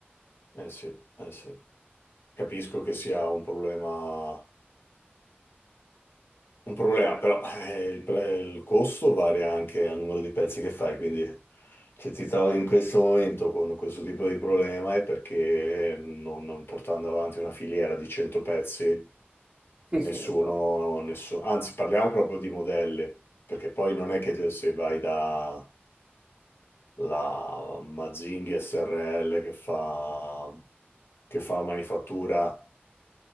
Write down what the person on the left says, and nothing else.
eh sì, eh sì. Capisco che sia un problema Un problema, però eh, il, pre- il costo varia anche al numero di pezzi che fai, quindi se ti trovi in questo momento con questo tipo di problema è perché non, non portando avanti una filiera di 100 pezzi,
nessuno,
nessuno, anzi parliamo proprio di modelli, perché poi non è che te- se vai da la Mazzinghi SRL che fa, che fa manifattura